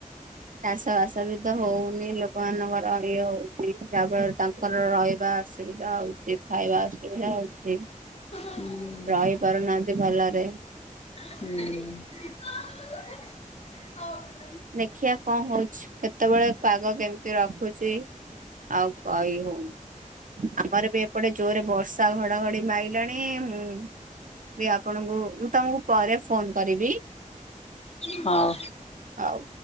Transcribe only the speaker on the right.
ଚାଷ ବାସ ବି ତ ହଉନି ି ଲୋକମାନାନଙ୍କର ଇଏ ହଉଛି ଯାହାଫଳରେ ତାଙ୍କର ରହିବା ଅସୁବିଧା ହଉଛି ଖାଇବା ଅସୁବିଧା ହଉଛି
ରହି ପାରୁନାହାନ୍ତି ଭଲରେ
ଦେଖିବା କଣ ହଉଛିୁ କେତେବେଳେ ପାଗ କେମିତି ରଖୁଛି ଆଉ କହି ହଉନି ଆମର ବି ଏପଟେ ଜୋରେ ବର୍ଷା ଘଟ ଡିାଇ <unintelligible> ଣି ମୁଁ ବି ଆପଣଙ୍କୁ ମୁଁ ତମକୁ ପରେ ଫୋନ କରିବି
ହଉ